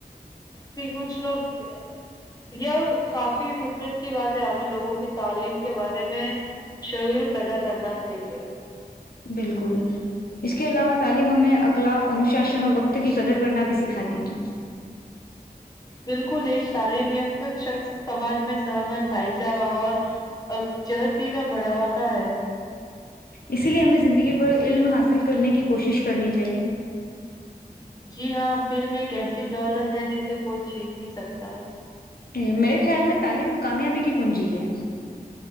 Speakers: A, on the left; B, on the left.
A: کہ کچھ لوگ یہ کافی فکرت کی بات ہے ہمیں لوگوں کی تعلیم کے بارے میں شعور پیدا کرنا چاہیے
B: بالکل اس کے علاوہ تعلیم ہمیں اخلاف انوشاشن اور وقت کی قدر کرنا بھی سکھاتی ہے
A: بالکل ایک تعلیم یا پھر شخص سماج میں سہمت بھائی چارہ اور جہتی کا بڑھاواتا ہے
B: اسی لیے ہمیں زندگی ب علم حاصل کرنے کی کوشش کرنی چاہیے
A: جی ہاں فلم ایک ایسی دولت ہے جسے کوئی چھین نہیں سکتا
B: ج میرے خیال میں تعلیم کامیابی کی کنجی ہے